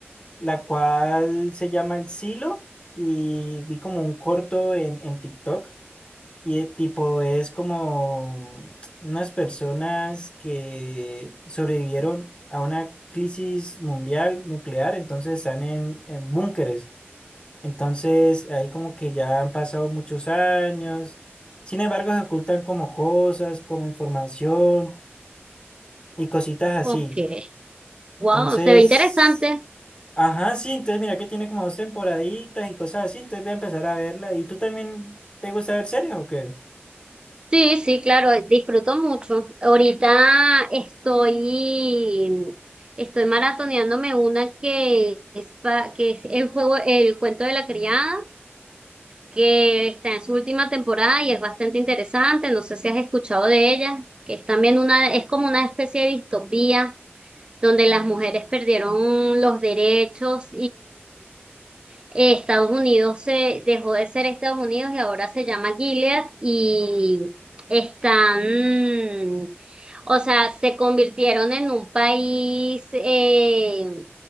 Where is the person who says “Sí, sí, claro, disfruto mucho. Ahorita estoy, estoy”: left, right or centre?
Right